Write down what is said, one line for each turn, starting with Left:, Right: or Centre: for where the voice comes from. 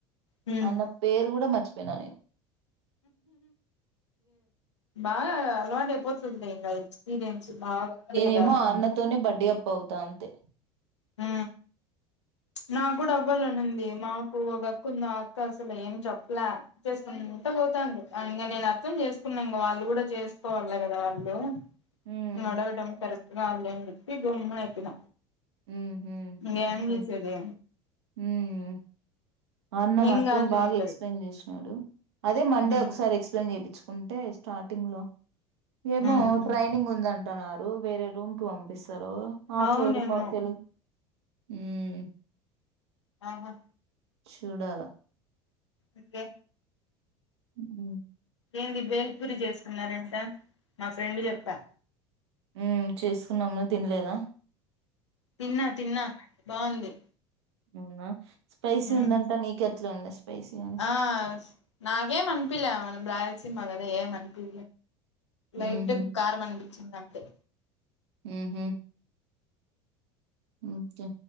Left: హ్మ్
Right: అన్న పేరు కూడా మర్చిపోయిన నేను.
Left: బాగ అలవాటైపోతుంది ఇంగ. ఎక్స్పీరియన్స్ బాగా ఉంది
Right: నేనేమో
Left: కదా
Right: అన్నతోనే బడ్డీఅప్. పోతా అంతే.
Left: హు నాకు కూడా అవ్వాలని ఉంది మా. కు ఒక అక్కుంది ఆ అక్క అసలు ఏం చెప్పలే. చేసుకుంటా పోతంది. ఇంగ నేను అర్థం చేసుకున్నా. ఇంగ వాళ్ళు కూడా చేసుకోవాలి కదా వాళ్ళు.
Right: ఉమ్
Left: నువ్వు అడగడం కరెక్ట్. కావలనిచెప్పి గొమ్మునయితున
Right: ఉహు
Left: ఇంగేం చేసేది
Right: ఉమ్ అన్న
Left: ఏం
Right: మాత్రం
Left: కాదులే
Right: బాగా
Left: అంటది
Right: ఎక్స్ప్లెయిన్ చేసినాడు అదే మండే
Left: ఉమ్
Right: ఒకసారి ఎక్స్ప్లెయిన్ చేపిచుకుంటే స్టార్టింగ్ లో ఏమో
Left: ఉమ్
Right: ట్రైనింగ్ ఉందం న్నారు వేరే రూమ్ క్ పంపిస్ సారు ఆ
Left: అవునేమో
Right: ఫ్లోరుకొ తెలుగ్ ఊమ్
Left: ఆహా
Right: చూడాల
Left: ఓకే
Right: ఉహు
Left: ఏంది బేల్ గురి చేసుకున్నారన్ నా ఫ్రెండ్ చెప్పా
Right: ఉ చేసుకున్నాము తిన్ లేదా
Left: తిన్నా తిన్నా బాగుంది
Right: అవునా స్పైసీ
Left: ఉమ్
Right: ఉందంటా నీకెట్లా ఉంది స్పైసీ అని
Left: ఆ నాకేం అనిపిలే రా సినిమ కద ఏ అనిపి లైట్
Right: ఉహు
Left: కారం అనిపించింది అంతే
Right: ఉహు ఒకే